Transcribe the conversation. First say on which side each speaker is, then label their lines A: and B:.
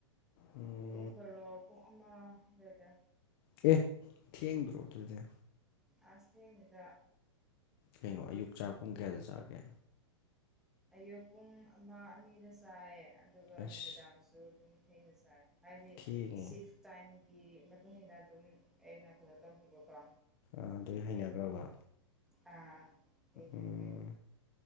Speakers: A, on the left; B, in the centre.
A: ꯎꯝ
B: ꯄꯨꯡ ꯕꯔꯣ ꯄꯨꯡ ꯑꯃ ꯑꯗꯨꯋꯥꯏꯗ
A: ꯀ ꯊꯦꯡꯗ꯭ꯔꯣꯇꯨꯖ
B: ꯑꯁ ꯊꯦꯡꯅꯤꯗ
A: ꯀꯩꯅꯣ ꯑꯌꯨꯛ ꯆꯥꯛ ꯀꯨꯝ ꯀꯌꯥꯗ ꯆꯥꯒꯦ
B: ꯑꯌꯨꯛ ꯄꯨꯡ ꯑꯃ ꯑꯅꯤꯗ ꯆꯥꯏ ꯑꯗꯨꯒ
A: ꯑꯁ
B: ꯅꯨꯃꯤꯗꯥꯡꯁꯨ ꯑꯗꯨꯝ ꯊꯦꯡꯅ ꯆꯥꯏ ꯍꯥꯏꯗꯤ
A: ꯊꯦꯡꯉꯦ
B: ꯁꯤꯐ ꯇꯥꯏꯝꯒꯤ ꯃꯇꯨꯡ ꯏꯟꯅ ꯑꯗꯨꯝ ꯑꯩꯅ ꯀꯩꯅꯣ ꯇꯧꯈꯤꯕꯀꯣ
A: ꯑꯗꯨꯒꯤ ꯍꯩꯅꯈ꯭ꯔꯕ
B: ꯑ ꯀꯩꯅꯠꯇꯦ
A: ꯎꯝ